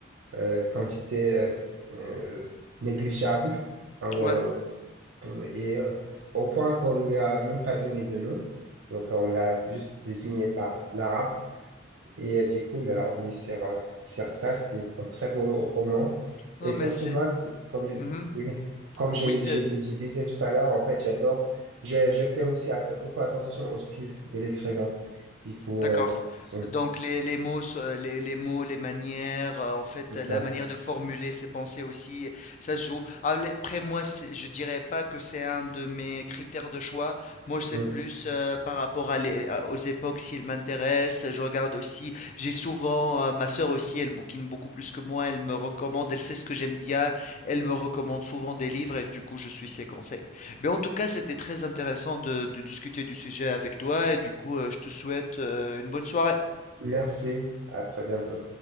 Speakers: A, on the right (about 80°); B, on the left (about 35°).
A: euh, quantité euh, euh, négligeable euh,
B: ouais.
A: euh, et euh, au point qu'on ne lui a même pas donné de nom. Donc euh, on l'a juste désigné par l'arabe. Et euh, du coup, il est revenu sur, euh, sur ça. C'était un très beau roman.
B: Non,
A: Et surtout,
B: mais c'est...
A: moi, c'est- comme,
B: mhm.
A: oui, comme je,
B: Oui,
A: je- je disais tout à l'heure, en fait, j'adore. Je, je fais aussi atta- beaucoup attention au style de l'écrivain. Du coup,
B: D'accord.
A: euh, c'est
B: Donc les, les mots, se- les, les mots, les manières, euh, en fait,
A: c'est
B: la
A: ça.
B: manière de formuler ses pensées aussi, ça se joue. Ah, les- Après, moi, c'est- je dirais pas que c'est un de mes critères de choix. Moi, je sais
A: Mm.
B: plus euh, par rapport à les- à- aux époques, s'ils m'intéressent. Je regarde aussi. J'ai souvent, euh, ma sœur aussi, elle bouquine beaucoup plus que moi. Elle me recommande, elle sait ce que j'aime bien. Elle me recommande souvent des livres et du coup, je suis ses conseils. Mais en tout cas, c'était très intéressant de, de discuter du sujet avec toi et du coup, euh, je te souhaite euh, une bonne soirée.
A: Merci. À très bientôt.